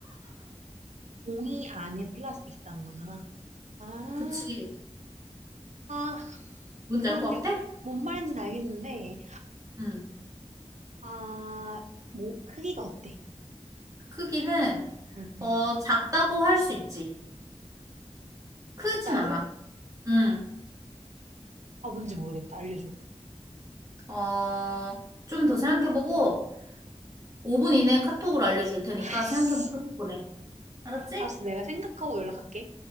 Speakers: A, on the right; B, on the right.
A: 종이 안에 플라스틱 있다는 거잖아. 아,
B: 그치.
A: 아,
B: 뭔지
A: 그런
B: 알 것
A: 일뭔
B: 같아?
A: 말인지는 알겠는데,
B: 응.
A: 아, 뭐, 크기가 어때?
B: 크기는
A: 응, 응.
B: 어 작다고 할 수 있지. 크진
A: 다고
B: 않아. 응.
A: 아, 뭔지 모르겠다. 알려줘.
B: 어, 좀 더 생각해보고 5분 이내에 카톡으로 알려줄 테니까
A: <laughs> 아이씨.
B: 생각해보고 카톡 보내. 알았지?
A: 알았어, 내가 생각하고 연락할게.